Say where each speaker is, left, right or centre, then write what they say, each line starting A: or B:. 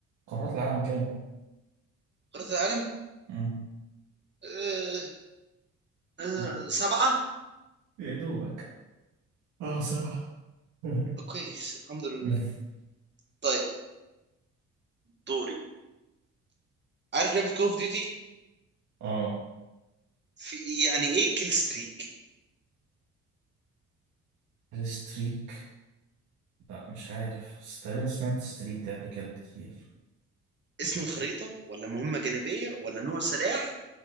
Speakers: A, on the right; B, on the right.
A: قارات العالم كام؟
B: قارة العالم
A: مم.
B: أه أه
A: آه،
B: سبعة
A: يا دوبك اه صح <laughs>
B: كويس الحمد لله
A: مم.
B: طيب دوري عارف لعبة كول اوف ديوتي
A: اه
B: في يعني ايه كيل ستريك
A: الستريك لا مش عارف بس تقريبا سمعت الستريك ده قبل كده كتير
B: اسم الخريطة ولا مهمة جانبية ولا نوع سلاح